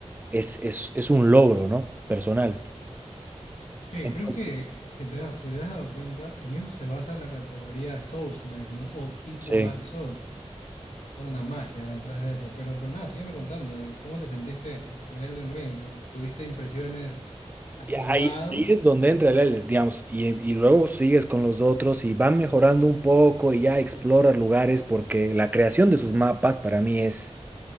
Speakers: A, on the right; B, on the left.
A: es, es, es un logro, ¿no? Personal.
B: Sí,
A: Entonces,
B: creo que si te, das- si te has dado cuenta, en eso se basa la categoría Souls-like, ¿no? O tipo
A: sí.
B: Dark Souls. toda una magia detrás de eso. Pero, pero nada, sígueme contando. eh, ¿Cómo te sentiste con, con el Elden Ring? ¿Tuviste impresiones así,
A: Y ahí,
B: wow?
A: ahí es donde entra el Elden, digamos, y, y luego sigues con los otros y van mejorando un poco y ya exploras lugares porque la creación de sus mapas para mí es,